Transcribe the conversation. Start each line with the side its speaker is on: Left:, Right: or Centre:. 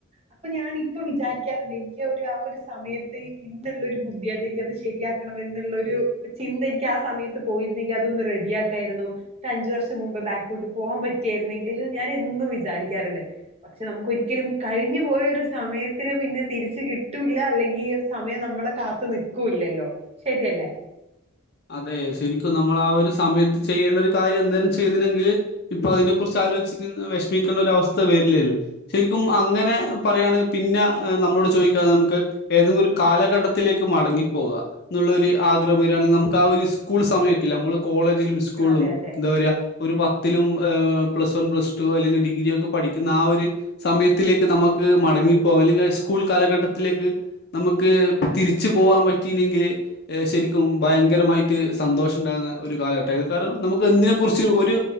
Right: അപ്പൊ ഞാാനിപ്പ വിചാരിക്കാറുണ്ട് എനിക്ക് ആ ഒരു സമയത്ത് ഇന്നുള്ള ഒരു ബുദ്ധി അല്ലെങ്കിൽ അത് ശരിയാക്കി ുള്ളരു ചിന്ത എനിക്ക് ആ സമയത്ത് പോയിരുന്നെങ്കി അതൊന്ന് റെഡിയ ആക്കായിരുന്നു ട്ട ഒരു അഞ്ചു വർഷം മുമ്പ് ബാക്കോട്ട് പോകാൻ പറ്റിയായിരുന്നെങ്കിൽ ഞാൻ എന്നും വിചാരിക്കാറുണ്ട് പക്ഷെ നമുക്ക്ൊരിക്കലും കഴിഞ്ഞു പോയ ഒരു സമയത്തിന് പിന്നെ തിരിച്ച കിട്ടൂല്ല അല്ലെങ്കിൽ ഈ സമയം നമ്മ നമ്മളെ കാത്തു നിക്കൂല്ലല്ലോ ശരിയല്ലേ
Left: അതെ ശരിക്കും നമ്മൾ ആ ഒരു സമയത്ത് ചെയ്യേണ്ട ഒരു കാര്യം എന്തേും ചെയ്തുന്നെങ്കിൽ ഇപ്പൊ അതിനെ കുുറിച്ച് ആലോചിച്ചു വിഷമിക്കേണ്ടഅവസ്ഥ വരില്ല ശരിക്കും അങ്ങനെ പറയുകയാണെങ്കിൽ പിന്നെ നമ്മ ചോദിക്കാ നമുക്ക് ഏതങ്കിലും കാലഘട്ടത്തിലേക്ക് മടങ്ങിപ്പോകാം എന്നുള്ള ഒരു ആഗ്രഹം വരാണെിൽ നമ ആ ഒരു സ്കൂൾ സമയക്ക നമ്മള് കോളേജിലും സ്കൂളിലും
Right: അതെ അതെ
Left: എന്താ പറയുക ഒരു പത്ത് ത്തിലും പ്ലസ് വൺ പ്ലസ് ടു അല്ലെങ്കിൽ ഡിഗ്രി ഒക്കെ പഠിക്കുന്ന ആ ഒരു സമയത്തിലേക്ക് നമുക്ക് മടങ്ങ ഇറങ്ങിപ്പോക അല്ലെങ്കിൽ സ്കൂൾ കാലഘട്ടത്തിലേക്ക് നമുക്ക് തിരിച്ചു പോകൻ പറ്റിെങ്കിൽ ശരിക്കും ഭയങ്ക ഭയങ്കരമായിട്ട് സന്തോഷം ഉണ്ടാകുന്ന ഒരു കാലഘട്ട കാരണം നമുക്ക് ഇതിനെ കുുറിച്ച്
Right: അതെ
Left: ഒരു